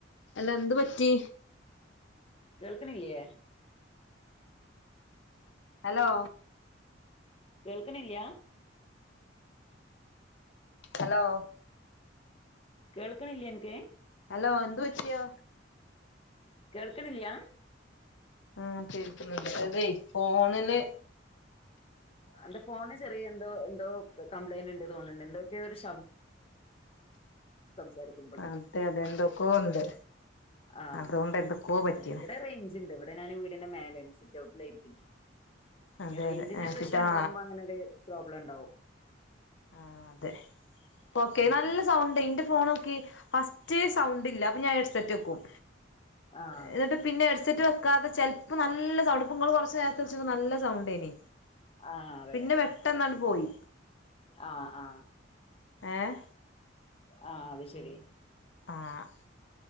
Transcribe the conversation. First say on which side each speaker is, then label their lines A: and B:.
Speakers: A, on the left; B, on the left.
A: അല്ല എന്ത് പറ്റി
B: കേൾക്കണില്ലേ
A: ഹലോ
B: കേൾക്കണില്യ
A: ഹലോ
B: കേൾക്കണില്ലേ എനിക്ക്
A: ഹലോ എന്ത് വച്ചിയോ
B: കേൾക്കണില്യാ
A: ആ തീർക്കുന്നുണ്ട് അതെ ഫോണിലെ
B: എന്റെ ഫോണ് ചെറിയ എന്തോ എന്തോ കംപ്ലയിന്റ് ഉണ്ട് തോണിണ്ട് എന്തോ <unintelligible> സംസാരിക്കുമ്പോൾ
A: മ് അതെ അതെ എന്തൊക്ക ഉണ്ട്
B: ആഹ്
A: അതുകൊണ്ട് എന്തൊക്കോ പറ്റീണ്
B: ആ ഇവിടെ റേഞ്ച് ഇണ്ട് ഇവിടെ ഞാന് വീടിന്റെ മേലാണ് സിറ്റ് ഔട്ടിലാ ഇരിക്കണെ
A: അതെ
B: റേഞ്ചിന്റെ
A: അതെ
B: പ്രശ്നം
A: ചിറ്റാ
B: ഉണ്ടാവുമ്പോ അങ്ങനെ ഒരു പ്രോബ്ലം ഉണ്ടാവും
A: ആഹ് അതെ ഓക്കെ
B: ഉം
A: നല്ല സൗണ്ട് <unintelligible> ഫോണൊക്കെ ഫസ്റ്റ് സൗണ്ടില്ല ഞാൻ ഹെഡ്സെറ്റെക്കും
B: ആഹ്
A: എന്നിട്ട് പിന്നെ സറ്റ് വെക്കാതെ ചെിലപ്പോം നല്ല സൗണ്ട് ഇപ്പങ്ങള് കുറച്ച് നേരത്തെ വചത് നല്ല സൗണ്ടേനി
B: ആഹ് അതെ
A: പിന്നെ പെട്ടന്നങട് പോയി
B: ആഹ് ആഹ്
A: ഏഹ്
B: ആഹ് അത് ശരി
A: ആഹ്